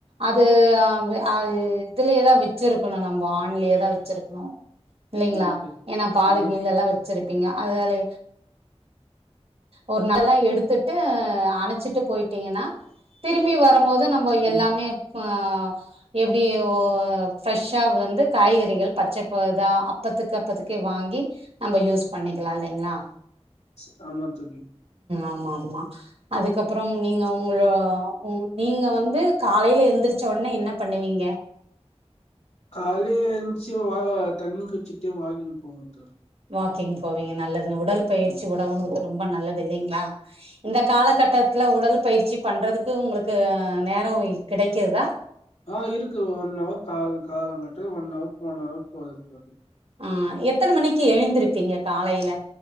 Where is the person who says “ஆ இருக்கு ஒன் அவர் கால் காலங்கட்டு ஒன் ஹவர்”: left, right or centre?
Left